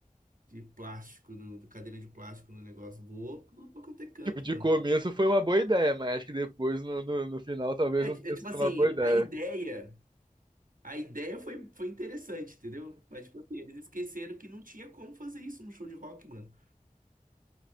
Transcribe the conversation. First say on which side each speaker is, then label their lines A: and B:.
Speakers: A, on the right; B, on the right.
A: de plástico, no, de cadeira de plástico no negócio? Voou, não vou ter canto,
B: tipo, de
A: mano.
B: começo foi uma boa ideia, mas acho que depois, no, no, no final, talvez
A: É,
B: não tenha
A: é tipo
B: sido
A: assim,
B: uma boa ideia.
A: a ideia. A ideia foi, foi interessante, entendeu? Mas, tipo assim, eles esqueceram que não tinha como fazer isso num show de rock, mano.